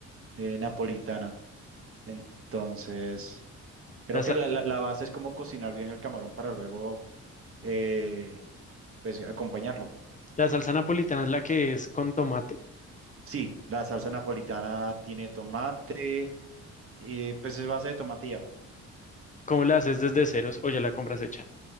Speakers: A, on the right; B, on the left.
A: eh, napolitana. Entonces... Creo
B: La,
A: que
B: sa-
A: la, la- la base es como cocinar bien el camarón para luego, eh, pues, acompañarlo.
B: la salsa napolitana es la que es con tomate.
A: Sí, la salsa napolitana tiene tomate, y pues es base de tomate y ajo.
B: ¿Cómo la haces desde ceros o ya la compras hecha?